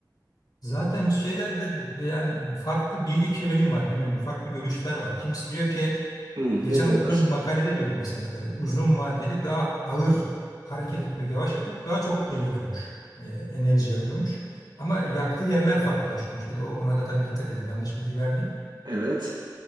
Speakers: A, on the left; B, on the right.
A: Zaten şeylerde yani farklı bilgi kirliliği var. Bilmiyorum farklı görüşler var. Kimisi diyor ki
B: Hmm,
A: geçen
B: ne diyorlar?
A: okuduğum bir makalede diyordu mesela böyle uzun vadeli daha ağır hareket etmek, yavaş etmek daha çok şey yakıyormuş. e, enerji yakıyormuş. Ama yaktığı yerler farklılaşıyormuş. Bir de o, ona da tabii dikkat edelim. Yanlış bilgi vermeyeyim.
B: Evet.